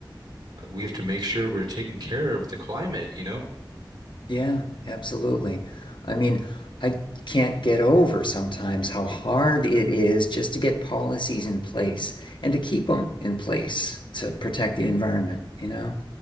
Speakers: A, on the right; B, on the left.
A: uh, we have to make sure we're taking care of the climate, you know?
B: Yeah, absolutely. I mean, I can't get over sometimes how hard it is just to get policies in place and to keep them in place to protect the environment, you know?